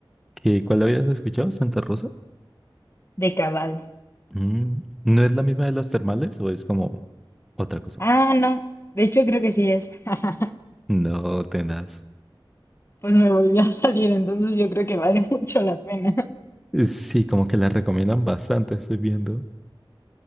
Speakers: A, in the centre; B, on the left.
A: ¿Qué, cuál habías escuchado? ¿Santa Rosa?
B: De cabal.
A: Mm, ¿no es la misma de los termales o es como otra cosa?
B: Ah, no, de hecho creo que sí es. <laughs>
A: No, tenaz.
B: Pues me volvió a salir, entonces yo creo que vale <laughs> mucho la pena.
A: Sí, como que la recomiendan bastante, estoy viendo.